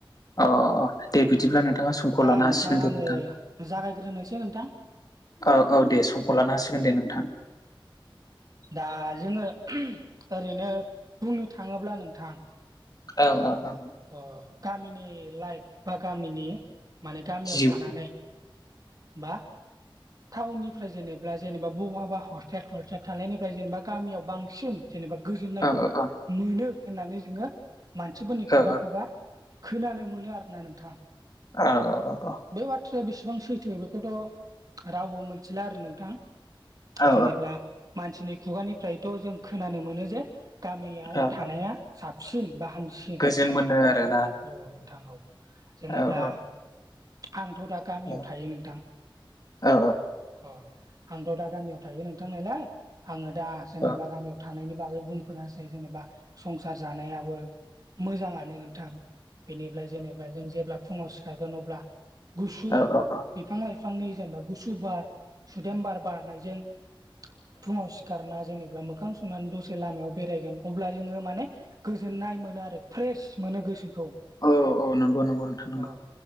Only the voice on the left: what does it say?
अ दे बिदिब्ला नोंथाङा समखौ
लानो हासिगोन दे
नोंथां। <inaudible>
औ औ दे समखौ लानो हासिगोन
दे नोंथां।
औ औ औ।
जिउ
औ औ औ
औ
औ औ औ औ।
औ
औ
जेन मोनो आरोना?
औ औ
औ
औ
औ
औ औ
औ औ नंगौ नंगौ नोंथां नंगौ।